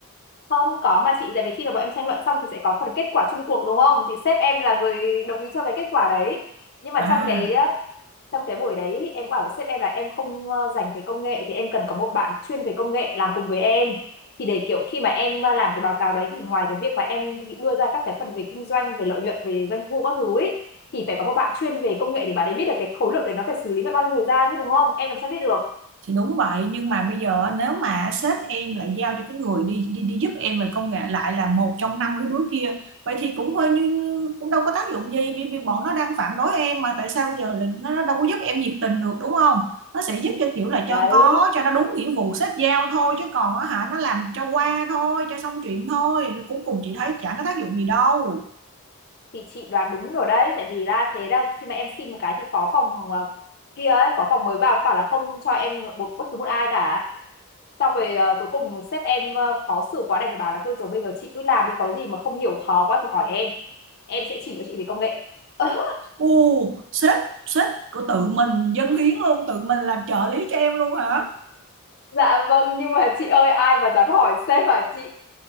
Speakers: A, on the left (about 45°); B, on the right (about 55°).
A: không có mà chị tại vì khi mà bọn em tranh luận xong thì sẽ có phần kết quả chung cuộc đúng không thì sếp em là người đồng ý cho cái kết quả đấy nhưng mà
B: à
A: trong cái trong cái buổi đấy em cũng bảo với sếp em là em không ờ, dành về công nghệ thì em cần có một bạn chuyên về công nghệ làm cùng với em thì để kiểu khi mà em ờ, làm cái báo cáo đấy thì ngoài cái việc mà em đưa ra các cái phần về kinh doanh về lợi nhuận về doanh thu các thứ ấy thì phải có một bạn chuyên về công nghệ để bạn ấy biết được cái khối lượng đấy nó phải xử lý mất bao nhiêu thời gian chứ đúng không em làm sao biết được
B: thì đúng vậy nhưng mà bây giờ nếu mà sếp em lại giao cho cái người đi đi đi giúp em về công nghệ lại là một trong năm cái đứa kia vậy thì cũng hơi như cũng đâu có tác dụng gì vì, vì bọn nó đang phản đối em mà tại sao bây giờ lại nó đâu có giúp em nhiệt tình được đúng không nó sẽ giúp cho kiểu là
A: đấy
B: cho có cho nó đúng nghĩa vụ sếp giao thôi chứ còn á hả nó làm cho qua thôi cho xong chuyện thôi cuối cùng chị thấy chẳng có tác dụng gì đâu
A: thì chị đoán đúng rồi đấy tại vì là thế là khi mà em xin một cái thì phó phòng ờ, kia ấy, phó phòng mới vào cũng bảo là không cho em một bất cứ một ai cả xong rồi ờ, cuối cùng sếp em ờ, khó xử quá đành phải bảo là thôi rồi bây giờ chị cứ làm đi có gì mà không hiểu khó quá thì hỏi em em sẽ chỉ cho chị về công nghệ <laughs>
B: u sếp sếp của tự mình dâng hiến luôn tự mình làm trợ lý cho em luôn hả
A: dạ vâng nhưng mà chị ơi ai mà dám hỏi sếp à chị